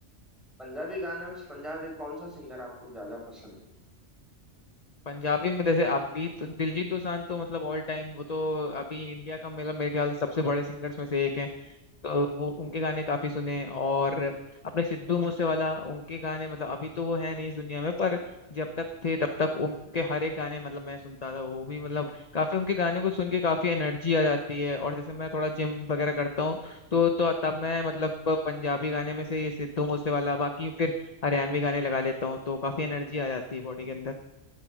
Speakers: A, in the centre; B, on the left.
A: पंजाबी गाने में से पंजाबी कौन सा सिंगर आपको ज्यादा पसंद है
B: पंजाबी में जैसे अभी तो दिलजीत दोसांझ तो मतलब ऑल टाइम वो तो अभी इंडिया का मतलब मेरे ख्याल से सबसे बड़े सिंगर्स में से एक हैं तो वो उनके गाने काफी सुने और अपने सिद्धू मूसेवाला उनके गाने मतलब अभी तो वो है नहीं इस दुनिया में पर जब तक थे तब तक उनके हर एक गाने मतलब मैं सुनता था वो भी मतलब काफी उनके गाने को सुन के काफी एनर्जी आ जाती है और जैसे मैं थोड़ा जिम वगैरह करता हूँ तो तो तब मैं मतलब पंजाबी गाने में से ये सिद्धू मूसेवाला बाकी फिर हरियाणवी गाने लगा लेता हूँ तो काफी एनर्जी आ जाती है बॉडी के अंदर